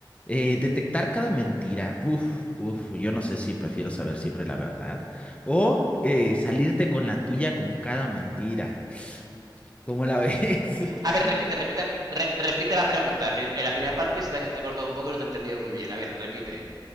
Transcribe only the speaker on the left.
Eh, detectar cada mentira, uf, uf, yo no sé si prefiero saber siempre la verdad o eh, salirte con la tuya con cada mentira, ¿cómo la ves? <laughs>